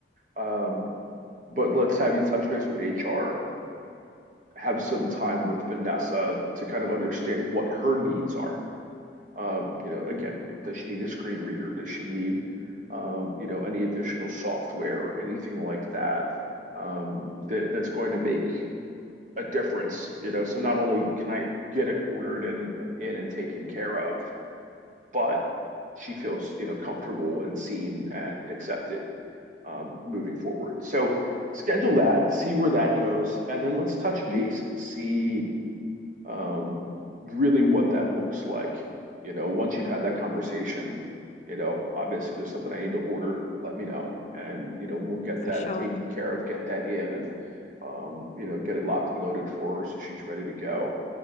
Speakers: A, on the right; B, on the left.
A: Um, but let's have you touch base with HR, have some time with Vanessa to kind of understand what her needs are. Um, you know, again, does she need a screen reader? Does she need, um, you know, any additional software or anything like that, um, that that's going to make a difference, you know. So not only can I get it ordered and, and in and taken care of, but she feels, you know, comfortable and seen and accepted um, moving forward. So schedule that, see where that goes, and then let's touch
B: hmm
A: base and see um, really what that looks like. You know, once you've had that conversation, you know, obviously there's something I need to order, let me know. And, you know, we'll get
B: For
A: that
B: sure.
A: taken care of, get that in and, um, you know, get it locked and loaded for her so she's ready to go.